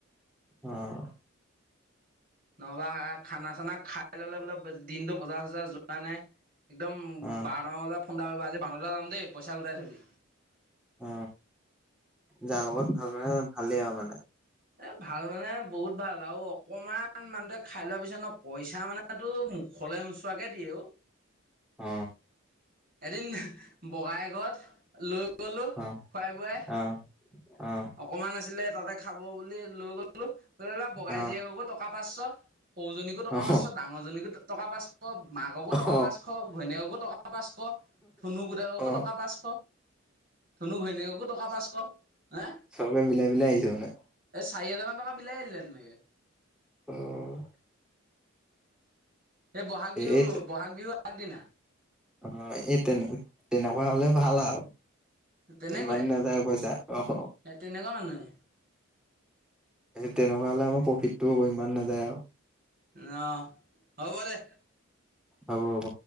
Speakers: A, in the centre; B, on the right.
A: অঁ
B: নহবা খানা চানা খাই ললে বোললে দিনটো বজাৰ চজাৰ যোৱা নাই। একদম
A: অ
B: বাৰ টা মান বজাত ফন এটা কৰিব। বানদাম। পইচা গোটাই থিবি।
A: অ যাৰ লগত ভাল মানে ভালেই আৰু মানে।
B: এ ভাল মানে বহুত ভাল আৰু অকমান মানুহটে খাই লোৱা পিছত ন পইচা মানো মুখলে নোচোৱাকে দিয়ে অ ।
A: অ
B: এদিন বগাই। তলত লৈ। কলো
A: অ
B: খোৱাই বুৱাই।
A: অ অ
B: অকমান আছিলে তাত। ততে খাব বুলি লৈ গলো। অলপ বগাই
A: অ
B: য টকা। পাঁচশ। সৌজনী টকাৰ
A: অহ
B: পাচশ ত ডাঙজনী পাচশ। টকা পাচঁ। মাককো
A: অহ
B: টকা পাঁচশ ঘৈণীয়েককো টকা পাঁচশ ধনু গোটাককো
A: অ
B: টকা পাঁচশ ধনু ঘৈণীয়েককো টকা পাঁচশ। হে
A: চবে মিলাই মিলাই আহিছে মানে।
B: এই চাৰি হাজাৰান টকা বিলাই দিলে তেনেকে।
A: অহ।
B: এই বহাগ বিহুৰ
A: এই
B: বহাগ বিহুৰ আগ দিনা।
A: অ এই তেনে তেনেকুৱা হলে ভাল আও।
B: তেনেকুৱাই
A: ইমান নাযায় পইচা অহ
B: তেনেকুৱা মানুহে
A: তেনেকুৱা। খোলে আমাৰ প্ৰফিত টো ইমান নাযায় আৰু।
B: অহ হ'ব দে।
A: হ'ব হ'ব।